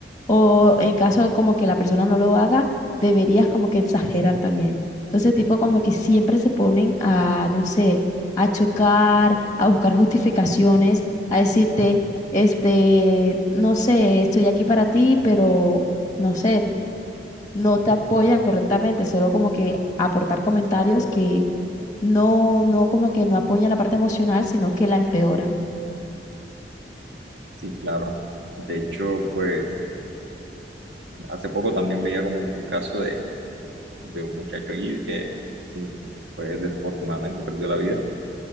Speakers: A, on the left (about 20°); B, on the right (about 70°).
A: o en caso como que la persona no lo haga, deberías como que exagerar también. Entonces, tipo como que siempre se ponen a, no sé, a chocar, a buscar justificaciones, a decirte, este, no sé, estoy aquí para ti, pero no sé, no te apoyan correctamente, solo como que aportar comentarios que no, no como que no apoya la parte emocional, sino que la empeoran.
B: Sí, claro. De hecho, pues hace poco también veía como un caso de, de un muchacho ahí que, sí, pues desafortunadamente perdió la vida